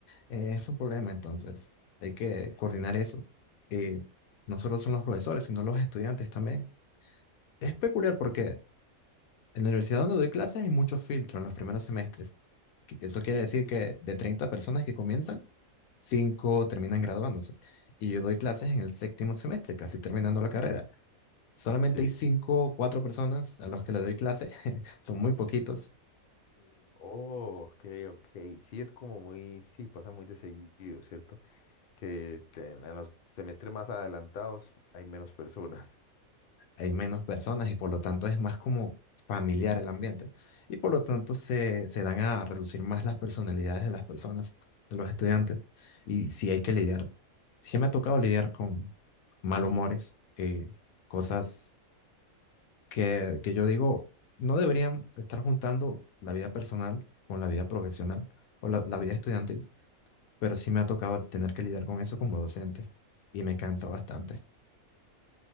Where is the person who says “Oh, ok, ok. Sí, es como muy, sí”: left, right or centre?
Left